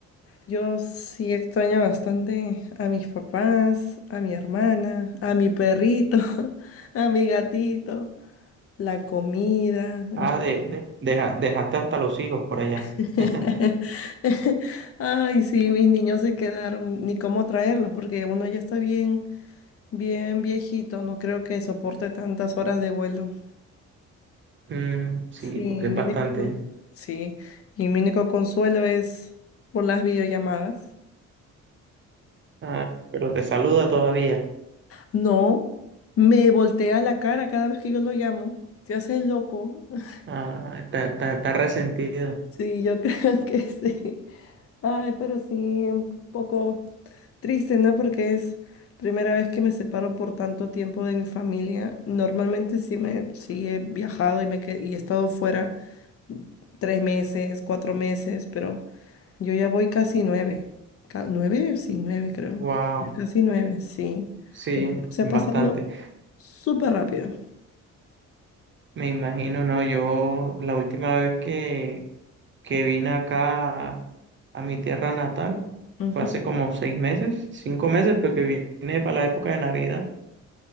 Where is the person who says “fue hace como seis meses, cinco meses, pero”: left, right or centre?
Right